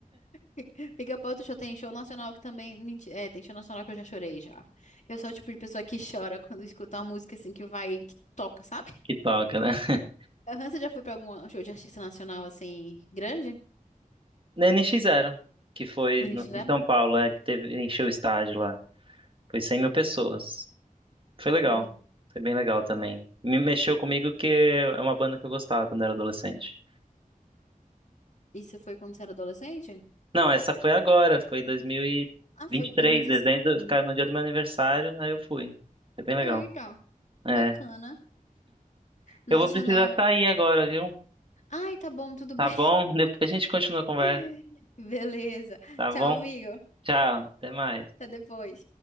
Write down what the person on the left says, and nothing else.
<laughs> Pica-pau do show tem show nacional que também. menti- É, tem show nacional que eu já chorei já. Eu sou o tipo de pessoa que chora quando escuta uma música assim que vai, que toca, sabe?
Aham, você já foi pra algum show de artista nacional assim, grande?
Eles
fizeram?
Hum.
Isso foi quando você era adolescente?
Ah, foi 2016.
Hum.
Eita,
bacana. Nacional.
Ai, tá bom, tudo bem.
<laughs> Beleza.
Tchau,
amigo.
Até depois.